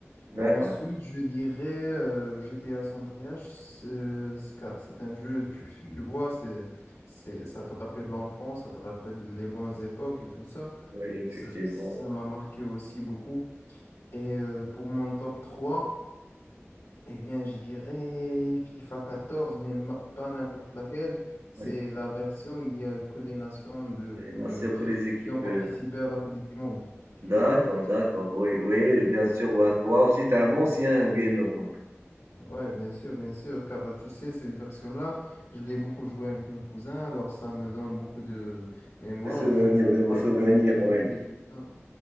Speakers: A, on the right; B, on the left.
A: D'accord,
B: Et ensuite, je dirais euh, GTA San Andreas, ce- car c'est un jeu, tu, tu vois, c'est, c'est, ça te rappelle l'enfance, ça te rappelle les bonnes époques et tout ça.
A: oui, effectivement.
B: Ça, ça m'a marqué aussi beaucoup. Et euh, pour mon top 3 eh bien, je dirais FIFA 14, mais ma- pas n'importe laquelle. C'est
A: Oui.
B: la version où il y a que les nations de,
A: Et Bien
B: euh,
A: sûr que les équipes.
B: qui ont participé
A: euh,
B: à la Coupe du Monde.
A: D'accord,
B: Tu la connais?
A: d'accord, oui, oui, bien sûr. ouais. Toi aussi, tu es un ancien gamer, donc
B: Ouais, bien sûr, bien sûr, car tu sais, cette version-là, je l'ai beaucoup joué avec mes cousins, alors ça me donne beaucoup de mémoire.
A: des souvenirs,
B: Je jouais
A: de vos
B: avec
A: souvenirs,
B: le Brésil
A: oui.
B: et tout ça.